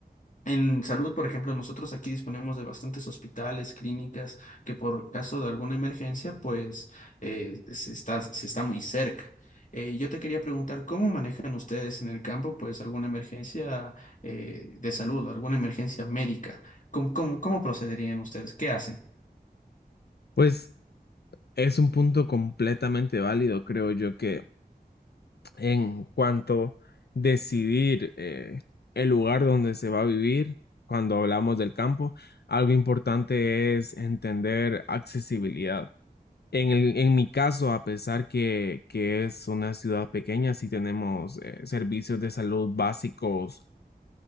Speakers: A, on the left; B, on the left.
A: En salud, por ejemplo, nosotros aquí disponemos de bastantes hospitales, clínicas, que por caso de alguna emergencia, pues eh, se está, se está muy cerca. Eh, yo te quería preguntar, ¿cómo manejan ustedes en el campo, pues, alguna emergencia eh, de salud, alguna emergencia médica? ¿Cómo, cómo, cómo procederían ustedes? ¿Qué hacen?
B: Pues es un punto completamente válido, creo yo, que en cuanto decidir eh, el lugar donde se va a vivir, cuando hablamos del campo, algo importante es entender accesibilidad. En el- en mi caso, a pesar que, que es una ciudad pequeña, sí tenemos eh, servicios de salud básicos